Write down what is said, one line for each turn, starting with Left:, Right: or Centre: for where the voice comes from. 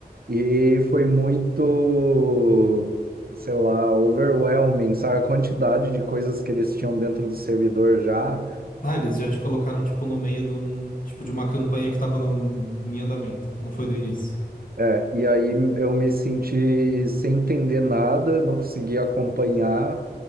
Right: e foi muito, sei lá, overwhelming, sabe? A quantidade de coisas que eles tinham dentro do servidor já.
Left: Ah, eles já te colocaram tipo no meio de um tipo de uma campanha que tava no, em andamento, não foi do início.
Right: É, e aí eu me senti sem entender nada, não conseguia acompanhar